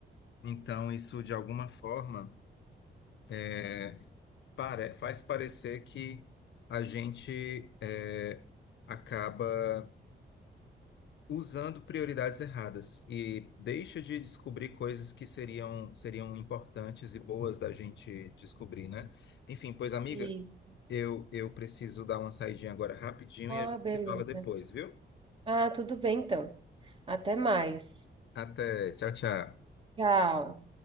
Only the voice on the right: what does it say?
Isso.
Ah,
beleza.
Ah, tudo bem então. Até mais.
Tchau.